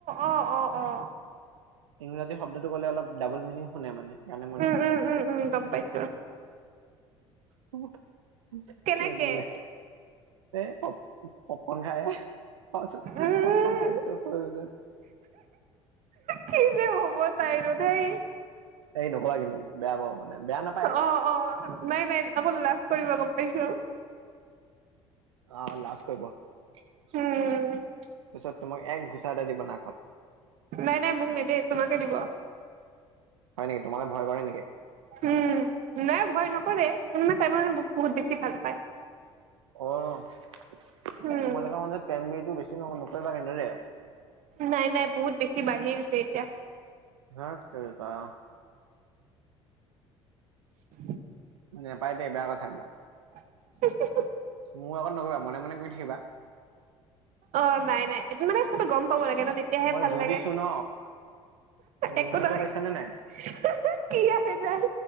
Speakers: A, on the right; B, on the right.
A: অ অ অ
B: ইংৰাজী শব্দটো ক'লে অলপ ডাবল মিনিং শুনে মানে সেইকাৰণে মই
A: উম
B: নকওঁ।
A: উম উম উম গম পাইছো
B: <unintelligible>
A: কেনেকে
B: চ বোলে হে এ খব পককন খাই, খোৱা পাছত
A: উম
B: পককন <unintelligible>
A: কি যে হ'ব তাইৰো ধেই।
B: <inaudible> এই নকবা কিন্তু বেয়া পাব মানে বেয়া নাপায়।
A: অ অ নাই নাই আকৌ লাজ কৰিব গম পাইছো
B: অ লাজ কৰিব তাছত
A: উম
B: তোমাক এক ঘোচা এটা দিব নাকত।
A: নাই নাই মোক নিদে তোমাকে দিব।
B: হয় নেকি তোমালে ভয় কৰে নেকি?
A: উম নাই ভয় নকৰে মোনো মা টাই মৰে ব বহুত বেছি ভাল পায়।
B: অ', এই
A: উম
B: তোমালোকৰ মাজত প্ৰেম প্ৰীতিটো বেছি ন' নকৰিবা কিন্তু দে।
A: নাই নাই বহুত বেছি বাঢ়ি গৈছে এতিয়া।
B: ধাত তেৰিকা।
A: <inaudible>
B: নেপাই দে বেয়া কথা এইবিলাক।
A: <unintelligible>
B: মোৰ আগত নকৰিবা মনে মনে কৰি থাকিবা।
A: অ', নাই নাই এইটো মানে তুমি গম পাব লাগে ন' তেতিয়াহে
B: মই
A: ভাল
B: জ্বলিছো
A: লাগে।
B: ন গোন্ধটো
A: একো নহয়,
B: পাইছানে নাই?
A: <unintelligible> কি আহে যায়,